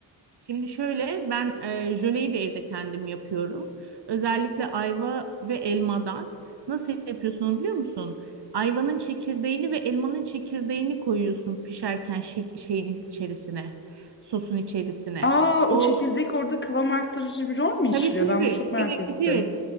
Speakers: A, on the right (about 60°); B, on the left (about 25°).
A: Şimdi şöyle ben e, jöleyi de evde kendim yapıyorum. Özellikle ayva ve elmadan. Nasıl yapıyorsun onu biliyor musun? Ayvanın çekirdeğini ve elmanın çekirdeğini koyuyorsun pişerken şey- şeyin içerisine, sosun içerisine.
B: Aa
A: O
B: o çekirdek orada kıvam arttırıcı bir rol mü işliyor?
A: tabii tabii.
B: Ben bunu çok merak
A: Evet
B: ettim.
A: evet.